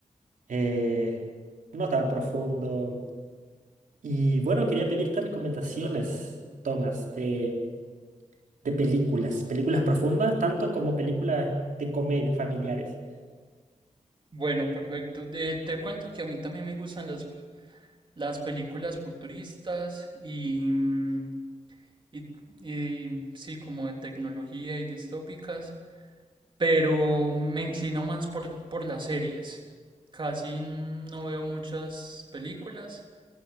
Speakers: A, on the right (about 80°); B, on the right (about 40°).
A: eh, no tan profundo. Y bueno, quería pedirte recomendaciones, Tomás, de, de películas, películas profundas, tanto como películas de comedia familiares.
B: Bueno, perfecto. De- te cuento que a mí también me gustan las, las películas futuristas y, mm, y, y sí, como de tecnología y distópicas, pero me inclino más por, por las series. Casi no veo muchas películas.